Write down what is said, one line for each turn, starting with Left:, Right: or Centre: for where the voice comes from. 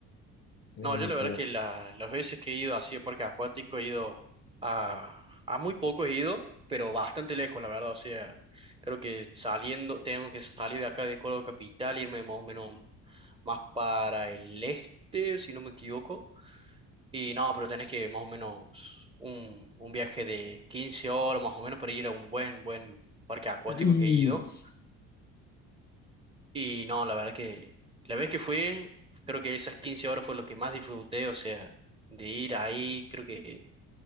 Left: Mm,
Right: No, yo la verdad
Left: Pero,
Right: que la- las veces que he ido así a parque acuático he ido a, a muy poco he ido, pero bastante lejos, la verdad. O sea, creo que saliendo, tengo que salir de acá de Córdoba Capital, irme más o menos más para el este, si no me equivoco Y no, pero tenés que más o menos un, un viaje de 15 horas más o menos para ir a un buen, buen parque acuático
Left: y
Right: que he ido. Y no, la verdad que la vez que fui, creo que esas 15 horas fue lo que más disfruté, o sea, de ir ahí, creo que